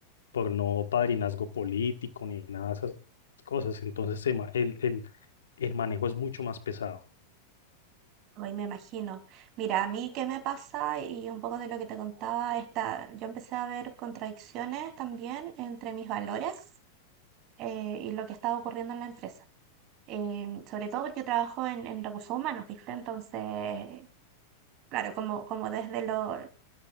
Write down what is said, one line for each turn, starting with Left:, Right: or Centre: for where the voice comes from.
Left: por no padrinazgo político ni nada de esas cosas. Entonces se ma- el, el, el manejo es mucho más pesado.
Right: hoy me imagino. Mira, a mí qué me pasa y un poco de lo que te contaba, esta, yo empecé a ver contradicciones también entre mis valores eh, y lo que estaba ocurriendo en la empresa. Em, sobre todo porque yo trabajo en, en recursos humanos, ¿viste? Entonces, claro, como, como desde lo,